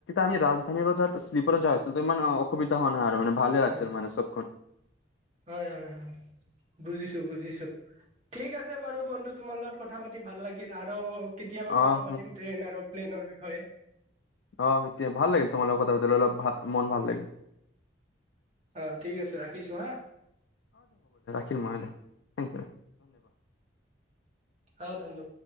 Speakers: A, on the left; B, on the right.
A: আম ৰাজধানী্লিপাৰ য আছিলো ইমান অসুবিধা হোৱা নাই <unintelligible> ভালে
B: হয়
A: আছিল মানে চবখন
B: হয় হয় বুজিছো বুজিছো ঠিক আছে বাৰু বন্ধু তোমাৰ লগত কথা পাতি ভাল লাগিল আৰু কেতিয়াবা
A: অহ
B: কথা পাতিম ট্ৰেইন আৰু প্লেনৰ বিষয়ে
A: অ সেইটোৱেই ভাল লাগিল তোমাৰ লগত কথা পাতিলে অলপ ভাল মন ভাল লাগিল <unintelligible>
B: অ ঠিক আছে ৰাখিছো হা
A: চিনেম থেংক ই। <unintelligible>
B: অ ধুনো